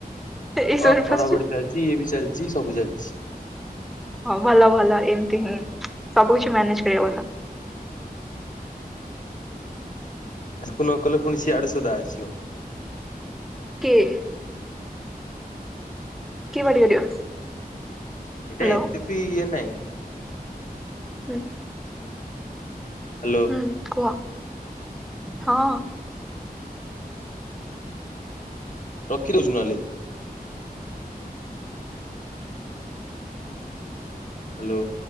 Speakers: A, in the centre; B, on the left.
A: ଏଇ
B: ହଁ
A: ସରି
B: ପଢାପଢି
A: ଫସି
B: ଚାଲିଛି ଇଏ ବି ଚାଲିଛି ସବୁ ଚାଲିଛି।
A: ହଁ ଭଲ ଭଲ ଏମତି ହିଁ ସବୁ କିଛି ମ୍ୟାନେଜ୍ କରିବା ଭଲ।
B: ଆକୁ ନ କଲେ ପୁଣି ସିଆଡୁ ସୁଦା ଆସିବ।
A: କିଏ? କିଏ ପାଟି କରିବ?
B: ଏଇଟା
A: ହ୍ୟାଲୋ
B: ଏତେ ବି ଇଏ ନାହିଁ।
A: ହୁଁ।
B: ହ୍ୟାଲୋ।
A: ହୁଁ, କୁହ ହଁ।
B: ରଖିଦଉଛୁ ନହେଲେ? ହ୍ୟାଲୋ।